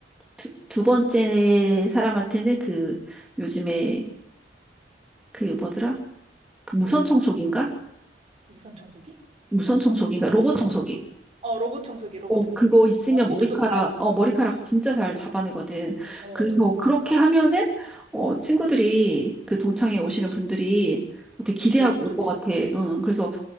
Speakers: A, in the centre; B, on the right.
A: 두, 두 번째 사람한테는 그 요즘에 그 뭐더라? 그 무선 청소기인가?
B: 무선 청소기?
A: 무선 청소기인가? 로봇 청소기.
B: 어, 로봇 청소기, 로봇
A: 어,
B: 청소기.
A: 그거 있으면
B: 어, 그것도
A: 머리카락,
B: 좋다.
A: 어, 머리카락
B: 응,
A: 진짜 잘 잡아내거든.
B: 어,
A: 그래서 그렇게 하면은, 어, 친구들이, 그 동창회 오시는 분들이 되게 기대하고
B: 너무 좋지.
A: 올 것 같아. 응, 그래서